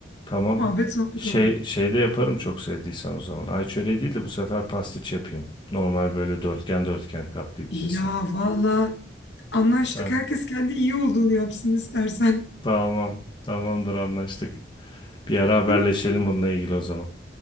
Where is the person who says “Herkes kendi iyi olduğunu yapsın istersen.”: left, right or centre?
Left